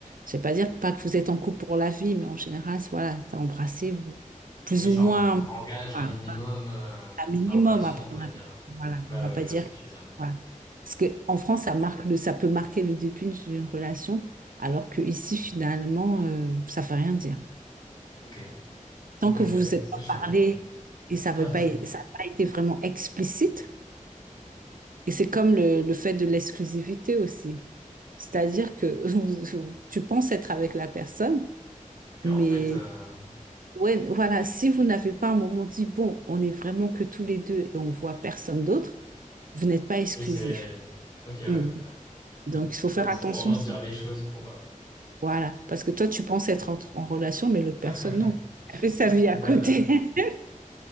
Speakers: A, on the right; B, on the left.
A: je vais pas dire que- pas que vous êtes en couple pour la vie, mais en général, c'est- voilà, t'as embrassé, vous, plus
B: Oui,
A: ou
B: ça
A: moins,
B: en- engage un
A: voilà,
B: minimum euh,
A: un minimum
B: la relation,
A: à prendre.
B: on va dire.
A: Voilà,
B: Ouais,
A: on va
B: ouais,
A: pas
B: je
A: dire,
B: vois ce que tu veux dire.
A: voilà. Parce que en France, ça marque le, ça peut marquer le début d'une relation, alors que ici, finalement, euh, ça fait rien dire.
B: Ok.
A: Tant
B: Ok,
A: que
B: ok,
A: vous vous
B: bah,
A: êtes
B: ça,
A: pas
B: je savais
A: parlé
B: pas.
A: et ça
B: <laughs>
A: veut pas, ça n'a pas été vraiment explicite. Et c'est comme le, le fait de l'exclusivité aussi. C'est-à-dire que <laughs> vous- vous- tu penses être avec la personne,
B: Mais
A: mais
B: en fait, euh,
A: ouais, voilà, si vous n'avez pas un moment dit, bon, on est vraiment que tous les deux et on voit personne d'autre, vous n'êtes pas exclusif.
B: oui, c'est. Ok, ouais,
A: Mm.
B: ouais.
A: Donc, il faut
B: Faut,
A: faire
B: faut
A: attention
B: vraiment
A: aussi.
B: se dire les choses pour. euh,
A: Voilà, parce que toi, tu penses être en, en relation, mais l'autre personne,
B: <laughs>
A: non. Elle fait
B: Au
A: sa vie
B: final,
A: à côté. <laughs>